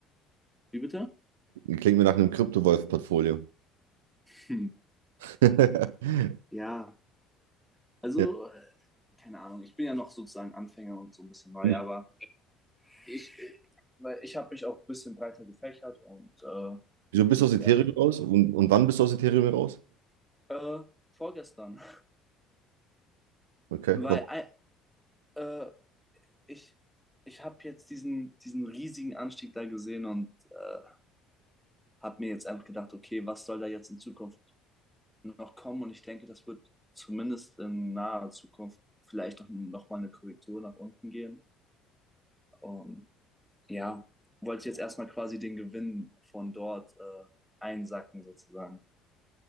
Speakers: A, in the centre; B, on the right.
A: Wie bitte?
B: Klingt mir nach einem Kryptowolf-Portfolio.
A: Hm.
B: <laughs>
A: Ja, also
B: Ja,
A: äh, keine Ahnung, ich bin ja noch sozusagen Anfänger und so ein bisschen neu,
B: nicht.
A: aber ich, äh, weil ich habe mich auch ein bisschen breiter gefächert und äh,
B: Wieso bist du aus Ethereum
A: Ja.
B: raus? Und, und wann bist du aus Ethereum raus?
A: Äh, vorgestern. <laughs>
B: Okay,
A: Weil
B: warum?
A: äh, äh, ich, ich habe jetzt diesen, diesen riesigen Anstieg da gesehen und äh, habe mir jetzt einfach gedacht, okay, was soll da jetzt in Zukunft noch kommen? Und ich denke, das wird zumindest in naher Zukunft vielleicht noch, noch mal eine Korrektur nach unten geben. Und ja, wollte jetzt erstmal quasi den Gewinn von dort äh, einsacken sozusagen.